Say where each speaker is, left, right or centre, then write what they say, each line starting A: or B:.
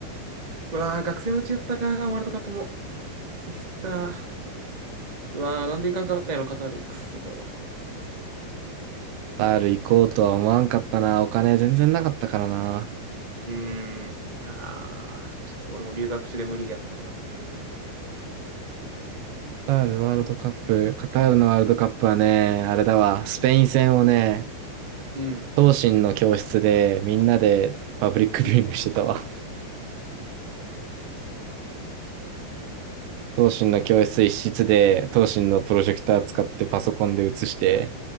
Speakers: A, on the right; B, on the right.
A: うわー、学生のうちやったか、ワールドカップも。ミスったー。うわー、なんでいかんかったんやろ、カタール。くそー。
B: カタール行こうとは思わんかったな。お金全然なかったからな。
A: うーん。いやー、ちょっと俺も留学中で無理やったな。うーん。
B: カタールワールドカップ、カタールのワールドカップはね、あれだわ、スペイン戦をね、
A: うん。
B: 同心の教室でみんなでパブリックビューイングしてたわ。
A: ミスっ
B: 同心の教室一室で、
A: た
B: 同心のプロジェクター使ってパソコンで映して